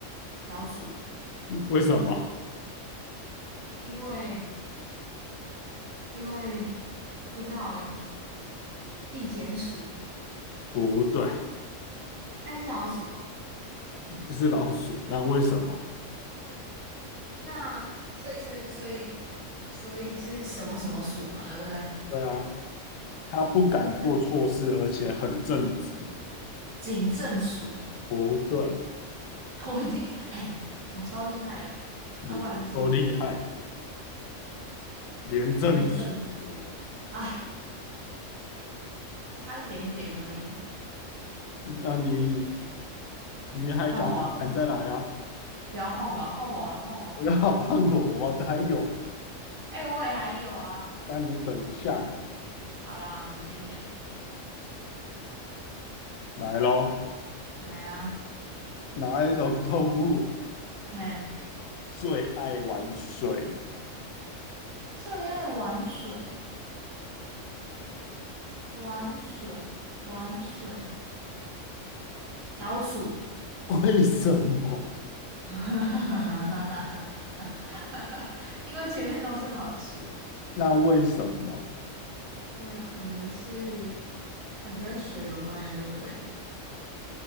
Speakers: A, on the right; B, on the left.
A: 老鼠。
B: 为什么？
A: 因为因为不知道诶，地检署，
B: 不对，
A: 但是小署哦。
B: 这是老鼠。那为什么？
A: 那所以所以所以所以是什么什么署嘛，对不对？
B: 对啊，它不敢做错事，
A: 就是
B: 而且很正直。
A: 警政署，
B: 不对，
A: <laughs> 我已经哎、我超厉害了哎、
B: 你不够厉害，
A: 要、不然是什么
B: 廉政署。
A: 廉政署？哎，差一点点而已。
B: 那你你还敢不敢再来啊？
A: 换我啊不要换我啊，换我啊，换我啊！
B: 不要换我，我还有。
A: 哎、我也还有啊。
B: 那你等一下嘛，
A: 好啦，你先讲。
B: 来喽。
A: 来啊，
B: 哪一种动物
A: 嘿，
B: 最爱玩水？
A: 最爱玩水。玩水，玩水，老鼠，
B: <laughs> 为什么？
A: <laughs> 因为前面都是老鼠啊。
B: 那为什么？
A: 那可能是，呃，跟水有关的，对不对？